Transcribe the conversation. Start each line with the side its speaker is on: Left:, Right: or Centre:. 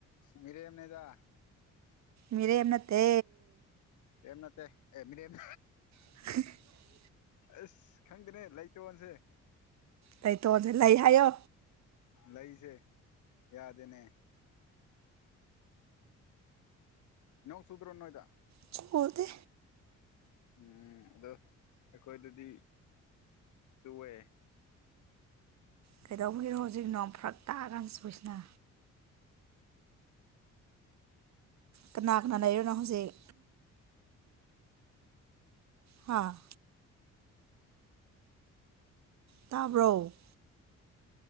Left: ꯃꯤꯔꯦꯝꯅꯦꯗ
Right: ꯃꯤꯔꯦꯝ ꯅꯠꯇꯦ
Left: ꯃꯤꯔ‌ꯦꯝ ꯅꯠꯇꯦ ꯑꯦ ꯃꯤꯔ‌ꯦꯝ
Right: <inaudible>
Left: ꯑꯁ ꯈꯪꯗ‌ꯦꯅꯦ ꯂꯩ ꯇꯣꯟꯁꯦ
Right: ꯂꯩꯇꯣꯟꯁꯦ ꯂꯩ ꯍꯥꯏꯌꯣ
Left: ꯂꯩꯖ‌ꯦ ꯌꯥꯗꯦꯅꯦ ꯌꯣꯡ ꯆꯨꯗ꯭ꯔꯣ ꯅꯣꯏꯗ
Right: ꯏꯁꯀꯨꯗ‌ꯦ
Left: ꯎꯝ ꯑꯗꯣ ꯑꯩꯈꯣꯏꯗꯗꯤ ꯆꯨꯋ‌‌ꯦ
Right: ꯀꯩꯗꯧꯕꯒꯤꯔꯣ ꯍꯧꯖꯤꯛ ꯅꯣꯡ ꯐꯔꯛ ꯇꯥꯛꯑꯒꯥꯟ ꯆꯨꯁꯤꯅ ꯀꯅꯥ ꯀꯅꯥ ꯂꯩꯔꯤꯅꯣ ꯅꯪ ꯍꯧꯖꯤꯛ ꯍꯥꯥ ꯇꯥꯕ꯭ꯔꯣ